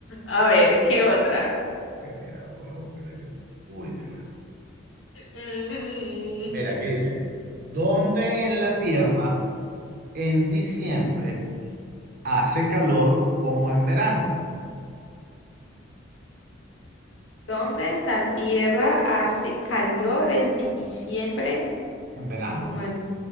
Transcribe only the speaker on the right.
ok, mira, voy a buscar aquí. Uy, ya va.
Mira, ¿qué dice, ¿dónde en la Tierra en diciembre hace calor como en verano?
En verano.